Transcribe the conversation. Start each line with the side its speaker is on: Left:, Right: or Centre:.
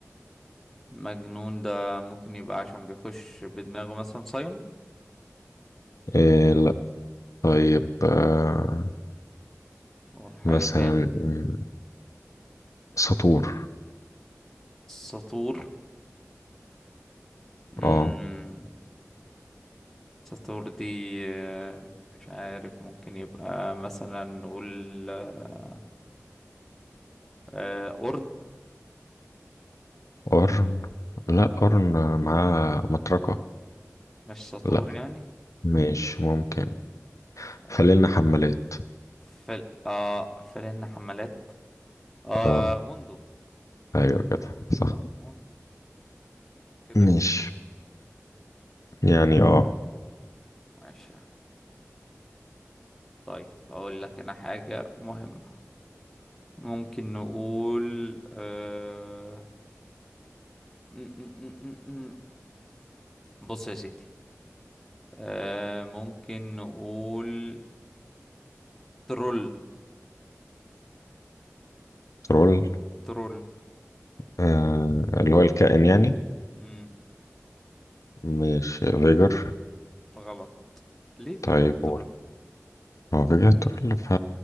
Centre: مجنون ده ممكن يبقى عشان بيخش بدماغه مثلا سايون
Left: آه لا طيب آه
Centre: اقول حاجة
Left: مثلا
Centre: تاني
Left: آه، سطور
Centre: سطور مم.
Left: اه
Centre: ساتور دي آه، مش عارف ممكن يبقى مثلا نقول آه، آه، أورن
Left: قرن لا قرن معاه مطرقة
Centre: مش ساتور
Left: لا
Centre: يعني
Left: ماشي ممكن
Centre: والحاجة
Left: خلينا حمالات
Centre: فل اه فلن حمالات اه
Left: اه
Centre: موندو
Left: ايوه كده صح
Centre: موندو كده
Left: ماشي
Centre: اتنين
Left: يعني اه
Centre: ماشي يا عم. طيب هقول لك انا حاجة مهمة ممكن نقول آه... م- م- م- م- م. بص يا سيدي آه... ممكن نقول ترول
Left: ترول
Centre: ترول
Left: آه اللي هو الكائن يعني
Centre: مم.
Left: مش فيجر
Centre: غلط ليه فيجاترول
Left: طيب قول هو فيجر ترول ف